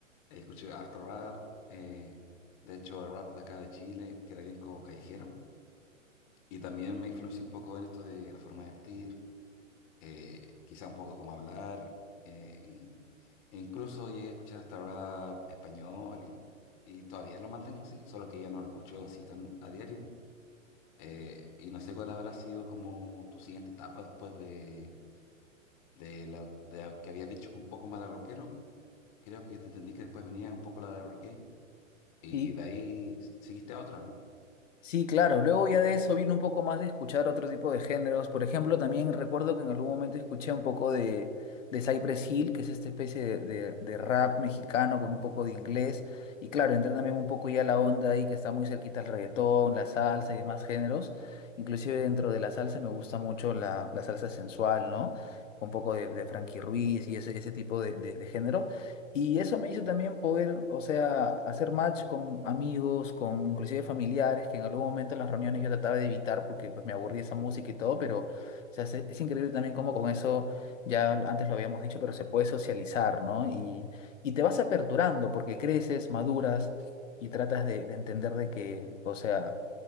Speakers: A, on the left; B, on the left.
A: Eh, escuché harto rap, eh, de hecho el rap de acá de Chile, que era bien como callejero, y también me influenció un poco en esto de la forma de vestir eh, quizá un poco cómo hablar, eh, y, e incluso llegué a escuchar hasta rap español y, y todavía lo mantengo así, solo que ya no lo escucho así tan a diario. Eh, y no sé cuál habrá sido como tu siguiente etapa después de, de la de que habías dicho que un poco más de rockero. Creo que te entendí que después venía un poco la de reggae y
B: y
A: de ahí s- seguiste a otra, ¿no?
B: Sí, claro. Luego ya de eso vino un poco más de escuchar otro tipo de géneros. Por ejemplo, también recuerdo que en algún momento escuché un poco de, de Cypress Hill, que es esta especie de, de- de rap mexicano con un poco de inglés. Y claro, entré también un poco ya a la onda ahí que está muy cerquita al reggaetón, la salsa y demás géneros. Inclusive dentro de la salsa me gusta mucho la, la salsa sensual, ¿no? Un poco de, de Frankie Ruiz y ese, ese tipo de, de de género. Y eso me hizo también poder, o sea, hacer match con amigos, con inclusive familiares, que en algún momento en las reuniones yo trataba de evitar porque pues me aburría esa música y todo, pero o sea, es, es increíble también cómo con eso, ya antes lo habíamos dicho, pero se puede socializar, ¿no? Y, y te vas aperturando porque creces, maduras y tratas de, de entender de que, o sea,